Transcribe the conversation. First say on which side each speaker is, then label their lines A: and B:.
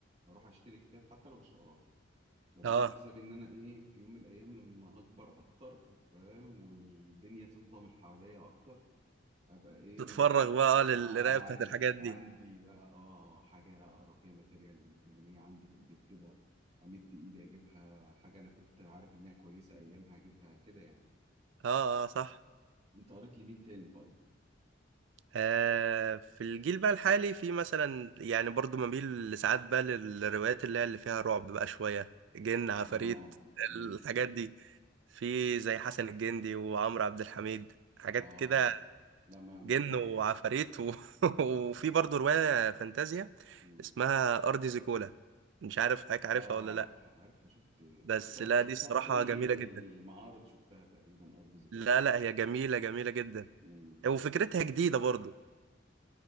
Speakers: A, on the right (about 35°); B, on the right (about 65°).
A: اروح اشتري كتاب حتى لو مش هقراه ببقى
B: اه
A: عامل حسابي ان انا ايه في يوم من الايام لما هكبر اكتر تمام والدنيا تفضى من حواليا اكتر ابقى ايه
B: تتفرغ بقى آه، للقرايه
A: اه
B: بتاعت
A: عن
B: الحاجات دي
A: عندي بقى اه حاجة اقرا فيها ماتيريال مرمية عندي في البيت كده امد ايدي اجيبها حاجة انا كنت عارف انها كويسة ايامها اجيبها كده يعني
B: اه اه صح
A: انت قريت لي مين تاني طيب
B: آه في الجيل بقى الحالي في مثلا يعني برضو بميل ساعات بقى للروايات اللي هي اللي فيها رعب بقى شوية جن عفاريت
A: اه امم
B: الحاجات
A: إمم.
B: دي في زي حسن الجندي وعمرو عبد الحميد حاجات
A: اه
B: كده
A: لا ما م-
B: جن وعفاريت و... <laughs> وفي برضو رواية فانتازيا
A: م-
B: اسمها أرض زيكولا مش عارف حضرتك عارفها
A: اه
B: ولا لأ
A: عارفها عارفها شفت
B: بس
A: شفتها
B: لا
A: شفتها
B: دي الصراحة
A: في كل
B: جميلة جدا
A: المعارض شفتها تقريبا ارض زيكولا
B: لا
A: يعني.
B: لا هي جميلة جميلة جدا
A: م-
B: وفكرتها جديدة برضو